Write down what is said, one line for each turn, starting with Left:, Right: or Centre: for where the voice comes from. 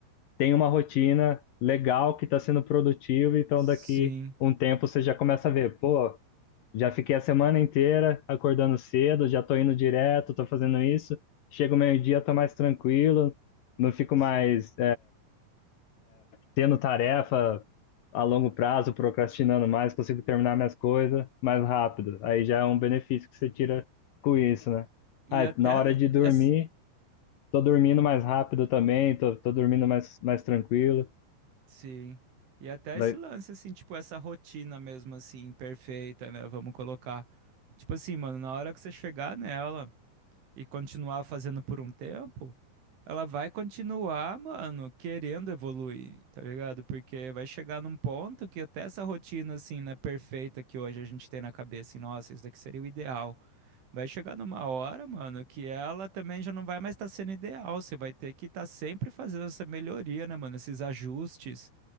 Left: tem uma rotina legal que está sendo produtiva, então
Right: sim.
Left: daqui um tempo você já começa a ver, pô, já fiquei a semana inteira acordando cedo, já tô indo direto, tô fazendo isso, chega o meio-dia, tô mais tranquilo, não fico
Right: Sim.
Left: mais tendo tarefa a longo prazo, procrastinando mais, consigo terminar minhas coisas mais rápido. Aí já é um benefício que você tira com isso, né?
Right: E
Left: Ah,
Right: até
Left: na hora de dormir,
Right: essa,
Left: tô dormindo mais rápido também, tô, tô dormindo mais, mais tranquilo.
Right: sim. E até
Left: Vai,
Right: esse lance assim, tipo essa rotina mesmo assim, perfeita, né? Vamos colocar. Tipo assim, mano, na hora que você chegar nela, e continuar fazendo por um tempo, ela vai continuar, mano, querendo evoluir, tá ligado? Porque vai chegar num ponto que até essa rotina, assim, né, perfeita que hoje a gente tem na cabeça, assim, nossa, isso daqui seria o ideal. Vai chegar numa hora, mano, que ela também já não vai mais estar sendo ideal. Você vai ter que estar sempre fazendo essa melhoria, né, mano? Esses ajustes,